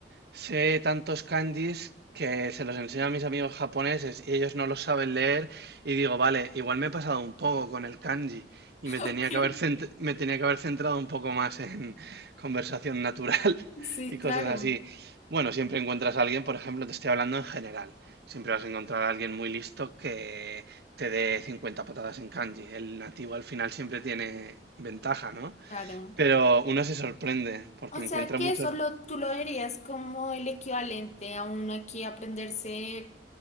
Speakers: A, on the right (about 65°); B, on the left (about 40°).
A: Sé tantos kanjis que se los enseño a mis amigos japoneses y ellos no los saben leer y digo, vale, igual me he pasado un poco con el kanji y
B: <laughs>
A: me
B: Ok.
A: tenía que haber cent- me tenía que haber centrado un poco más en conversación natural <laughs>
B: Sí,
A: y
B: claro,
A: cosas así. Bueno, siempre encuentras a alguien, por ejemplo, te estoy hablando en general, siempre vas a encontrar a alguien muy listo que te dé 50 patadas en kanji. El nativo al final siempre tiene ventaja, ¿no?
B: claro.
A: Pero uno se sorprende porque
B: O sea
A: encuentra
B: que
A: muchos
B: eso lo, tú lo verías como el equivalente a uno aquí aprenderse